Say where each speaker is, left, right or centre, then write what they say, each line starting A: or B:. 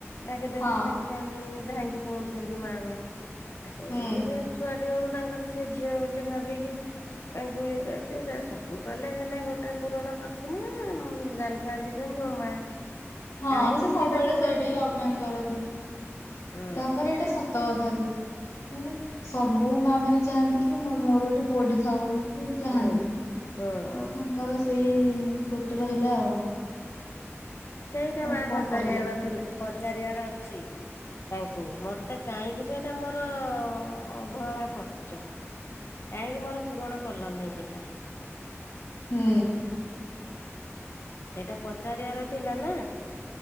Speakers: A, on the left; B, on the left.
A: ଡାକିଦେନେ
B: ହଁ।
A: ସାଙ୍ଗେ ସାଙ୍ଗେ ଯେମିତି ଧାଇଙ୍କି ପଳଉଚନ୍ତି ମା ମା। ଆ ସେମିତି
B: ହୁଁ
A: ସେ ଛୁଆଟି ବେଳୁ ତାଙ୍କର ସେ ଝିଅ ବୋଲି ଭାବିକି ତାଙ୍କୁ ଇଏ କରିଛି। ସେ ସବୁ କଲେ ହେନେ ଗୋଟେ ପୂରଣ କରିଥିନେ ଉଁ ଜାନ ଥାନ୍ତି ଯେ ହୁ ମା।
B: ହଁ
A: କାହିଁକି
B: ସେ ସବୁବେଳେ
A: ପୁରଣ
B: ସେଇଟା ହିଁ ଅଭିମାନ କରନ୍ତି
A: ହୁଁ
B: ତାପରେ ଏଇଟା ସତ କଥା ବି। ମାନେ ସମୁଁ ମା ମାନେ ଚାହାନ୍ତି କି ମୋ ମୋର ଗୋଟେ ପୁଅଟେ ଥାଉ ବୋଲି। ସେ ଚାହାନ୍ତି
A: ହୁଁ
B: ତ
A: ହୁଁ
B: ତାଙ୍କର ସେଇ ଗୋଟେ ରହିଲା ଆଉ।
A: ସେଇଟା
B: ଆଉ
A: ମା
B: କଣ
A: ପଚାରିଆର
B: କରିହବ
A: ଥିଲା, ପଚାରିଆର ଅଛି ତାଙ୍କୁ ମତେ କାହିଁକି ସେଇଟା ମୋର ଅବହେଳା କରିଚ। କାଇଁକି ମୋର ପୁରଣ କଲ ନାଇ ସେଟା?
B: ହୁଁ।
A: ସେଇଟା ପଚାରିବାର ଥିଲା ନା।